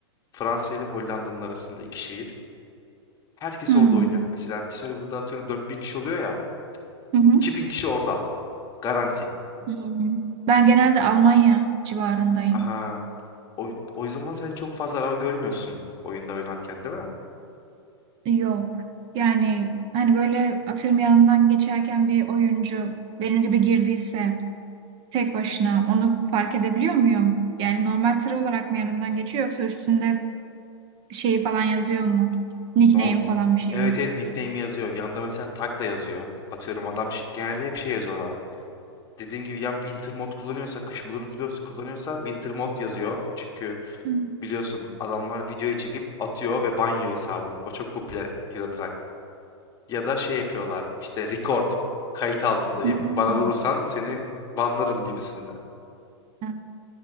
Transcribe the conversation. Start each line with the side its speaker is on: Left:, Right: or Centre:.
Left: Fransa ile Hollanda'nın arasında iki şehir. Herkes
Right: Hmm.
Left: orada oynar. Mesela bir serverda burada atıyorum 4000 kişi oluyor ya.
Right: Hı hı.
Left: 2000 kişi orada. Garanti.
Right: Hmm. Ben genelde Almanya civarındayım.
Left: Aha. O, o zaman sen çok fazla araba görmüyorsun oyunda oynarken değil mi?
Right: Yok. Yani hani böyle atıyorum yanından geçerken bir oyuncu benim gibi girdiyse tek başına onu fark edebiliyor muyum? Yani normal tır olarak mı yanımdan geçiyor yoksa üstünde şeyi falan yazıyor mu? Nickname
Left: Nor-
Right: falan bir şeyle.
Left: evet evet nickname yazıyor. Yanında mesela tag da yazıyor. Atıyorum adam şi- genelde hep şey yazıyorlar. Dediğim gibi ya winter mod kullanıyorsa, kış modunu kullanıyorsa, kullanıyorsa winter mod yazıyor. Çünkü
Right: Hmm.
Left: Biliyorsun adamlar videoya çekip atıyor ve banyo hesabın. O çok popüler Euro Ya da şey yapıyorlar işte record. Kayıt altındayım.
Right: Hmm,
Left: Bana vurursan seni banlarım gibisinden.
Right: an-